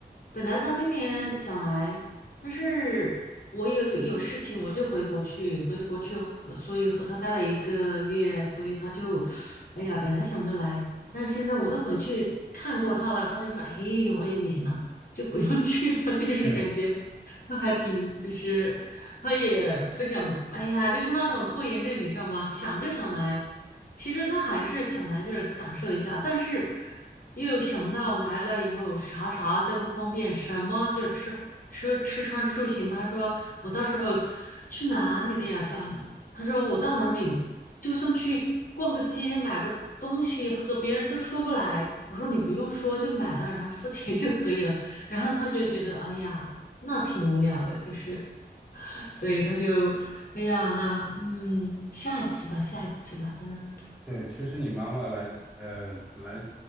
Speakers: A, on the left; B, in the centre.
A: 本来他今年想来，但是我有有事情，我就回国去，回国去和所以和他待了一个月，所以他就，哎呀，本来想着来，但是现在我都回去看过他了，他就说，嘿，我也免了，就不用 <laughs> 去了，就是感觉他还挺，
B: <laughs>
A: 就是他也不想，哎呀，就是那种拖延症，你知道吗？想着想来。其实他还是想来这儿感受一下，但是又想到来了以后啥啥都不方便，什么就吃吃吃穿住行。他说我到时候去哪里都要叫你。他说我到哪里，就算去逛个街买个东西，和别人都说不来。我说你不用说，就买了，然后付钱就可以了。然后他就觉得哎呀，那挺无聊的，就是，所以他就哎呀，那嗯，下一次吧，下一次吧。他说。
B: 对，其实你妈妈来，呃，本来